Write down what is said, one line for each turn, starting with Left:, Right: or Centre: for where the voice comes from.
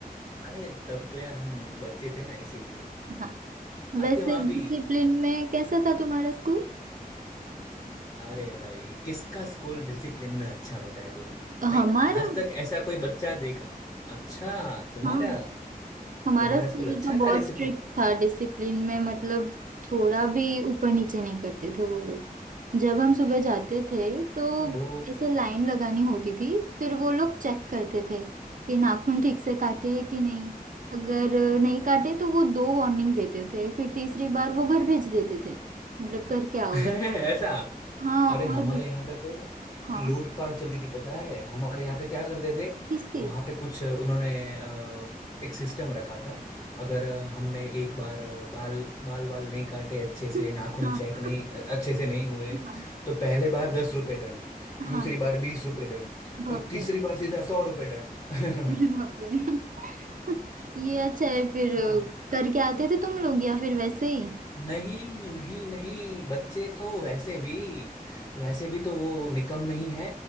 Left: अरे तब तो यार हम बच्चे थे ना इसीलिए
Right: हाँ
Left: आपके
Right: वैसे
Left: वहां भी
Right: डिसिप्लिन में कैसा था तुम्हारा स्कूल
Left: अरे भाई किसका स्कूल डिसिप्लिन में अच्छा होता है बोलो नहीं
Right: हमारा
Left: आज तक ऐसा कोई बच्चा देखा अच्छा तुम्हारा
Right: हाँ हमारा
Left: तुम्हारा
Right: स्कूल
Left: स्कूल अच्छा
Right: तो
Left: था हमारे
Right: बहुत
Left: डिसिप्लिन
Right: स्ट्रिक्ट था डिसिप्लिन में मतलब थोड़ा भी ऊपर नीचे नहीं करते थे वो लोग जब हम सुबह जाते थे तो
Left: ओ
Right: ऐसे लाइन लगानी होती थी फिर वो लोग चेक करते थे कि नाखून ठीक से काटे हैं कि नहीं अगर नहीं काटे तो वो दो वार्निंग देते थे फिर तीसरी बार वो घर भेज देते थे मतलब करके आओ
Left: <laughs> ऐसा
Right: भाई हाँ
Left: अरे हमारे
Right: और
Left: यहाँ पे तो
Right: हाँ
Left: लूटपाट चलती थी पता है हमारे यहाँ पे क्या करते थे
Right: किसकी
Left: वहां पे कुछ उन्होंने अ, एक सिस्टम रखा था अगर हमने एक बार बाल बाल वाल नहीं काटे अच्छे से
Right: <laughs>
Left: नाखून
Right: हाँ
Left: चेक नहीं अच्छे से नहीं हुए
Right: हाँ
Left: तो पहले बार दस रुपए दंड दूसरी
Right: हाँ
Left: बार बीस रुपए दंड
Right: बाप
Left: और तीसरी
Right: रे
Left: बार सीधा सौ रुपए दंड
Right: अरे बाप
Left: <laughs>
Right: रे <laughs> ये अच्छा है फिर
Left: हाँ
Right: अ, करके आते थे तुम लोग या फिर वैसे ही
Left: नहीं नहीं नहीं बच्चे तो वैसे भी वैसे भी तो वो निकम में ही है